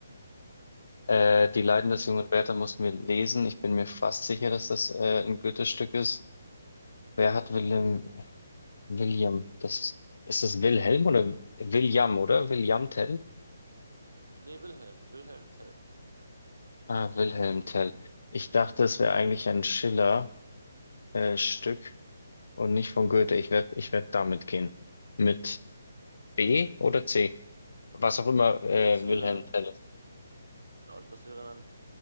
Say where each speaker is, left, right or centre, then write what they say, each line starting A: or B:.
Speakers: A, on the left (about 70°); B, on the right (about 80°).
A: Äh, Die Leiden des jungen Werther mussten wir lesen. Ich bin mir fast sicher, dass das äh, ein Goethe-Stück ist. Wer hat Willem, William? Das, ist das Wilhelm oder William, oder? William Tell?
B: Nee, Wilhelm, Wilhelm Tell.
A: Ah, Wilhelm Tell. Ich dachte, es wäre eigentlich ein Schiller. äh, Stück und nicht von Goethe. Ich werde ich werd damit gehen. Mit B oder C? Was auch immer, äh,
B: Das wäre
A: Wilhelm
B: dann,
A: Tell ist.
B: ja, das wäre